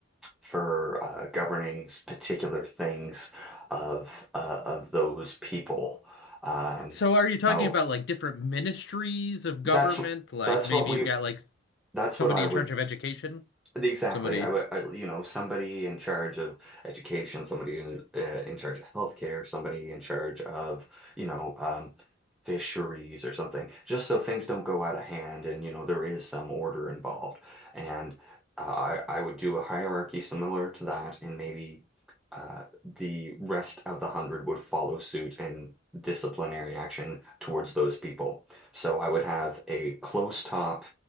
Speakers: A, in the centre; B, on the left.
A: for uh, governing particular things of uh, of those people. Um,
B: So are you talking
A: no,
B: about like different ministries of government?
A: that's
B: Like
A: that's
B: maybe
A: what we
B: you've got like
A: that's
B: somebody
A: what I would
B: in charge of education,
A: Exactly.
B: somebody.
A: I would, I, you know, somebody in charge of education, somebody in, uh, in charge of healthcare, somebody in charge of, you know, um, fisheries or something, just so things don't go out of hand and, you know, there is some order involved. And uh, I, I would do a hierarchy similar to that, and maybe uh, the rest of the hundred would follow suit and disciplinary action towards those people. So I would have a close top